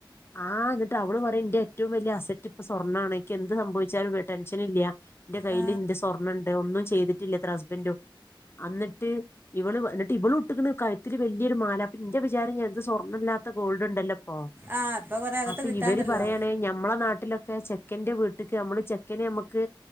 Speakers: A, on the left; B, on the right.
A: ആഹ് എന്നിട്ട് അവള് പറയും എന്റെ ഏറ്റവും വലിയ അസറ്റ് ഇപ്പൊ സ്വർണ്ണ ആണ് എനിക്ക് എന്ത് സംഭവിച്ചാലും ടെൻഷൻ ഇല്ല. ഇന്റെ കയ്യിൽന്റെ
B: ആ,
A: സ്വർണ്ണണ്ട് ഒന്നും ചെയ്തിട്ടില്ലത്രേ ഹസ്ബൻഡും. അന്നിട്ട് ഇവള് എന്നിട്ട് ഇവളു ഇട്ടിക്ക്ണ് കഴിത്തില് വലിയൊരു മാല അപ്പന്റെ വിചാരം ഞാത് സ്വർ ണല്ലാത്ത ഗോൾഡ് ഉണ്ടല്ലപ്പോ
B: ആ ഇപ്പൊ കൊറേ അകത്ത്
A: അപ്പൊ
B: കിട്ടാണ്ടല്ലോ
A: ഇവര് പറയാണെ ഞമ്മളെ നാട്ടിലൊക്കെ ചെ ചെക്കന്റെ വീട്ടിക്ക് നമ്മള് ചെക്കന് നമുക്ക്